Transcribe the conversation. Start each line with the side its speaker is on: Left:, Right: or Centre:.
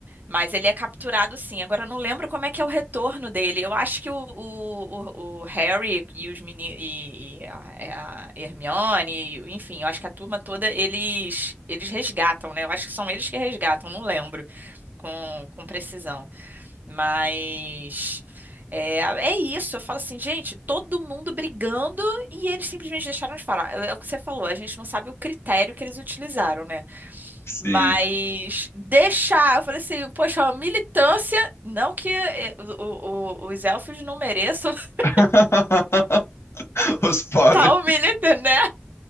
Right: mas ele é capturado sim. Agora eu não lembro como é que é o retorno dele. Eu acho que o, o, o- o Harry e os meni, e, e a, é, a Hermione, e- enfim, eu acho que a turma toda eles eles resgatam, né? Eu acho que são eles que resgatam, não lembro com, com precisão. Mas é, é isso. Eu falo assim, gente, todo mundo brigando e eles simplesmente deixaram de falar. É, é o que você falou, a gente não sabe o critério que eles utilizaram, né?
Left: Sim.
Right: Mas deixar, eu falei assim, poxa, a militância, não que é, o- o- os elfos não mereçam <laughs>
Left: <laughs> Os pobres.
Right: tal militância, né?